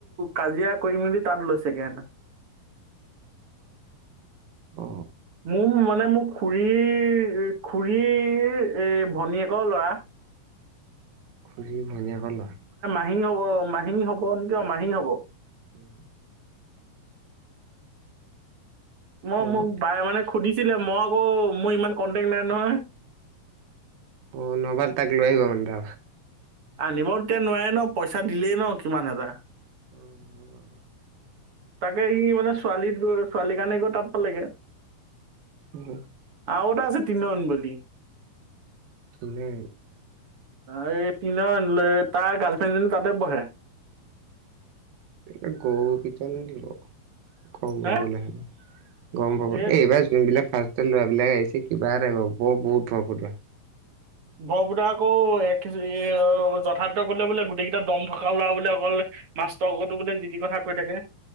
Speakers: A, on the right; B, on the right.
A: কাজিয়া কৰি মেলি তাত লৈছেগে হেদিনা।
B: <inaudible> অ
A: মো মানে মো খুৰীৰ খুৰীৰ এ ভনীয়েকৰ ল'ৰা।
B: খুৰীৰ ভনীয়েকৰ লৰা।
A: মাহি হ'ব মাহি হ'ব নেকি অ' মাহি হ'ব।
B: উম।
A: মই
B: অ
A: মোক বাই মানে সুধিছিলে। মই আকৌ মোৰ ইমান কন্টেক্ট নাই নহয়।
B: অ' নহবা তাক লৈ আহিব মানে তাক।
A: আনিব তেতিয়া নোৱাৰে ন পইচা দিলেই ন কিমান হাজাৰ।
B: উম হয় বাও।
A: তাকে সি মানে ছোৱালী গৈ ছোৱালী কাৰণে গৈ তাত পালেগে।
B: উম।
A: আৰু এটা আছে তিনিন বুলি
B: কিনে
A: এই তি তাৰ গাৰ্লফ্ৰেণ্ডজনী তাতে বহে
B: এ গোপিত নিব গম পাবলৈ
A: হে
B: হ'লে গম পাব
A: সেই
B: এইবাৰ যোনবিলাক ফাৰ লৈ বিলাক আহিছে কিবা এটা বৰ বহুত হোৱা
A: বৰপুত আকৌ এক যথাৰ্থ কৰিলে বোলে। গোটেই কেইটা দম থকা লৰা বোলে অকল মাষ্টটোৰ আগতো বোতেে যি টি কথা কৈ থাকে